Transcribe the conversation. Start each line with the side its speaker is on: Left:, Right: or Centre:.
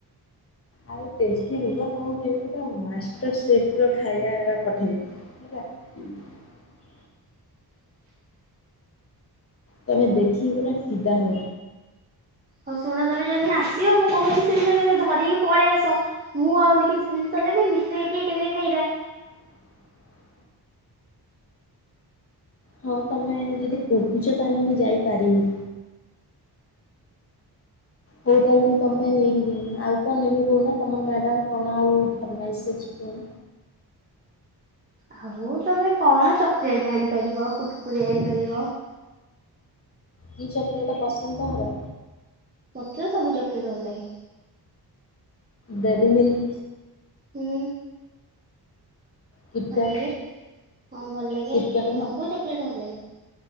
Left: ଆଉ <unintelligible> ର କଣ କେମିତିକା ମା ଖାଇବା ପଠିବି ହେଲାା <unintelligible> ତମେ ଦେଖିକି ପୁରା ଫିଧା ହଉ
Right: ହଉ ଶୁଣ ତମେ ଯଦଦିନ ଆସିବ, ମୁଁ କହୁଛି ସେଦିନ ତମେ ଧରିକି ପଳେଇ ଆସ, ମୁଁ ଆହୁରି କିଛି ଜିନିଷ ମିଶେଇକି ଏକାଥରେ ଖାଇବା।
Left: <unintelligible> ହଁ ତମେ ଯଦି କହୁଛ, ତାହଲେ ମୁଁ ଯାଇପାରିବି। ହଉ ତାହେଲେ ମୁଁ ତମ ପାଇଁ ନେଇକି ଜିମି, ଆଉ କଣ ଏମି କହୁନା ତମର ମ୍ୟାଡ଼ାମ କଣ ଆଉ ଫର୍ମାଇସ ଅଛି କହୁନ?
Right: ହଉ ତମେ କଣ? ଚକୋଲେଟ ଆଣିପାରିବ, କୁର କୁରି ଆଣିପାରିବ।
Left: କି ଚକୋଲେଟ ପସନ୍ଦ ତମର?
Right: ମତେ ତ ସବୁ ଚକଲେଟ ଭଲଲାଗେ।
Left: ଡେରିମିଲ୍?
Right: ହୁଁ?
Left: କିଟକାଟ
Right: ଭଲ ଲାଗେ ହଁ ଭଲ ଲାଗେ
Left: କିଟକାଟ
Right: ସବୁ ଚକୋଲେଟ ଭଲ ଲାଗେ।